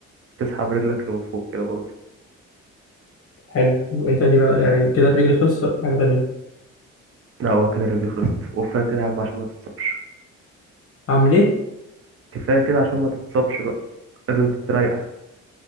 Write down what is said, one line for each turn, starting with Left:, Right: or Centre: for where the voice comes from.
Right: تسحب رجلك لفوق كده برضه
Left: حلو وايه تاني بقى يعني كده الرجل خلصت ولا في حاجة تانية
Right: لا هو كده الرجل خلصت وكفاية كده يا عم عشان ما تتصابش
Left: اعمل ايه
Right: كفاية كده عشان ما تتصابش بقى لازم تريح